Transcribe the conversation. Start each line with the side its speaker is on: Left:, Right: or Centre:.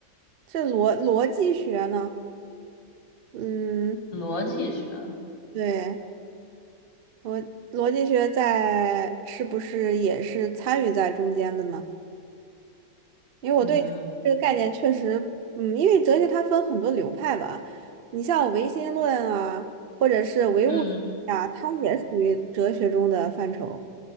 Right: 这逻逻辑学呢，嗯，
Left: 逻辑学。
Right: 对。我逻辑学在是不是也是参与在中间的呢？因为我对这个概念确实，
Left: 嗯
Right: 嗯，因为哲学它分很多流派吧，你像唯心论啊，或者是唯物主义啊，
Left: 嗯，
Right: 它也属于哲学中的范畴。